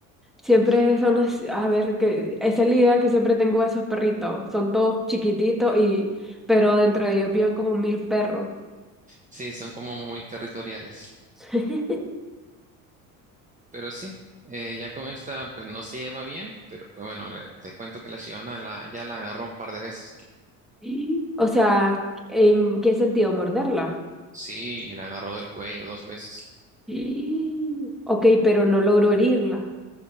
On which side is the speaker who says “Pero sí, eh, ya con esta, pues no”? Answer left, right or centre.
Right